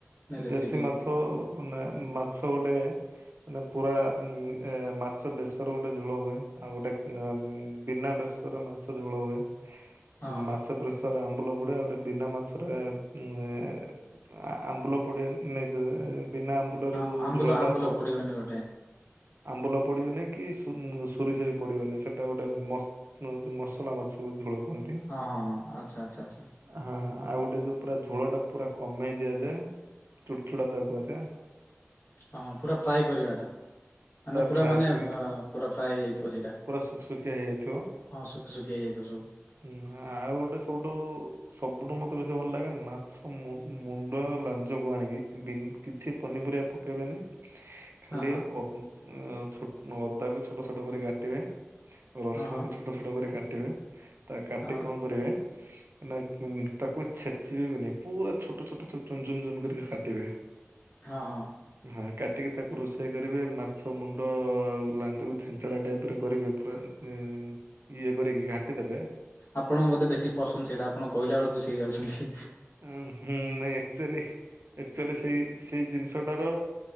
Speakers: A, on the left; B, on the right.
A: ନା ରେସିପି?
B: ଦେଶୀ ମାଛ ବନାଏ ମାଛ ଗୋଟେ ମାନେ ପୁରା ଉଁ ଆ ମାଛ ବେଶର ଗୋଟେ ଝୋଳ ହୁଏ ଆଉ ଗୋଟେ <unintelligible> ବିନା ବେଶ୍ ରେ ମାଛ ଝୋଳ ହୁଏ।
A: ହଁ
B: ଉଁ
A: ହଁ
B: ମାଛ ବେସରରେ ଆମ୍ବୁଲ ପଡେ ଆଉ ଗୋଟେ ବିନା ମାଛରେ ଉଁ <unintelligible> ଆମ୍ବୁଲ ପଡେ ମେଜରେ ବିନା ଆମ୍ବୁଲରେ
A: ହଁ
B: ଯୋଉ
A: ଆମ୍ବୁଲ
B: ଝୋଳଟା
A: ଆମ୍ବୁଲ
B: ହବ
A: ପଡିବନି ଗୋଟେ
B: ଆମ୍ବୁଲ ପଡ଼ିବନି କି ସୋ ଉଁ ସୋରିଷ ବି ପଡ଼ିବନି ସେଇଟା ଗୋଟେ ମସ୍ ସିଏ ହଉଛି ମସଲା ମାଛର ଝୋଳ। କୁହନ୍ତି।
A: ହଁ ହଁ ହଁ ଆଚ୍ଛା ଆଛା ଆଛା।
B: ହଁ ଆଉ ଗୋଟେ ଯୋଉ ପୁରା ଝୋଳ ଟା ପୁରା କମେଇ ଦିଆଯାଏ। ଚୁଟ ଚୁଡା ତାହାକୁ କୁହାଯାଏ।
A: ହଁଁ ପୁରା ଫ୍ରାଏ କରିବାଟା। ମାନେ ପୁରା
B: ଫ୍ରାଏ
A: ମାନେ
B: କରିବାଟା
A: ପୁରା ଫ୍ରାଏ ହେଇଯାଇଥିବ ସେଇଟା।
B: ପୁରା ସୁଖସୁଖିଆ ହେଇଯାଇଥିବ।
A: ହଁ ସୁକୁ ସୁକିଆ ହେଇ ଯାଇଥିବ ସବୁ।
B: ହୁଁ ଆଉ ଗୋଟେ ସବୁଠୁ ସବୁଠୁ ମତେ ବେଶୀ ଭଲ ଲାଗେ ମାଛ ମୁ ମୁଣ୍ଡ ଆଉ ଲା ଯୋଗୁ ଆଣିକି ବି କିଛି ପନିପରିବା ପକେଇବେନି ଖାଲି
A: ହଁ ହଁ
B: ଅ ଛୋ ଅଦାକୁ ଛୋଟ ଛୋଟ କରି କାଟିବେ। ରସୁଣକୁ
A: ହଁ ହଁ
B: ଛୋଟ ଛୋଟ କରି କାଟିବେ। ତା କାଟି
A: ହଁ
B: କଣ କରିବେ। ନା କି ଛେଚିବେ ବି ନାହିଁ ପୁରା ଛୋଟ ଛୋଟ ଛୋଟ ଚୁନୁ ଚୁନୁ କରି କାଟିବେ।
A: ହଁ ହଁ।
B: ହଁ କାଟିକି ତାକୁ ରୋଷେଇ କରିବେ ମାଛ ମୁଣ୍ଡ ଆଉ ଲାଞ୍ଜକୁ ଛେଞ୍ଚଡା ଟାଇପ ରେ କରିବେ ପୁରା ଉଁ ଇଏ କରିକି ଘାଣ୍ଟି ଦେବେ
A: ଆପଣଙ୍କ ବୋଧେ ବେଶୀ ପସନ୍ଦ ସେଇଟା ଆପଣ କହିଲା ବେଳୁ ଖୁସି ହେଇ ଯାଉଛନ୍ତି।
B: ଅଁ ହୁଁ ନାଇଁ ଏକ୍ଚଲି ଏକ୍ଚଲି ସେଇ ସେଇ ଜିନିଷ ସେଟାର